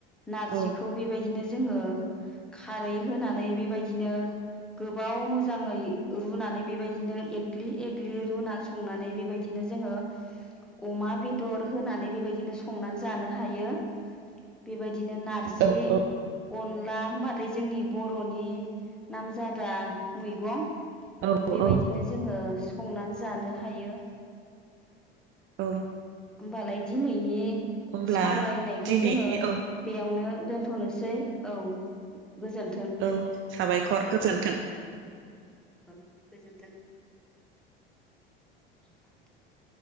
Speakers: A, in the centre; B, on the right.
A: नारजिखौ
B: औ
A: बेबायदिनो जोङो खारै होनानै बेबायदिनो गोबाव मोजाङै रुनानै बेबायदिनो एग्लि एग्लि रुनानै संनानै बेबायदिनो जोङो अमा बेदर होनानै बेबायदिनो संनानै जानो हायो बेबायदि नो नारजि
B: औ
A: अनला होमबाथाय जोंनि बर'नि नामजादा दा मैगं
B: औ
A: बेबायदिनो
B: औ
A: जोङो संनानै जानो हायो
B: औ
A: होमबालाय दिनैनि
B: होमब्ला
A: सावरायनायखौ
B: दिनैनि
A: जोङो
B: औ
A: बेयावनो दोनथनोसै औ गोजोन्थों
B: औ साबायखर गोजोनथों
A: औ गोजोन्थों <inaudible>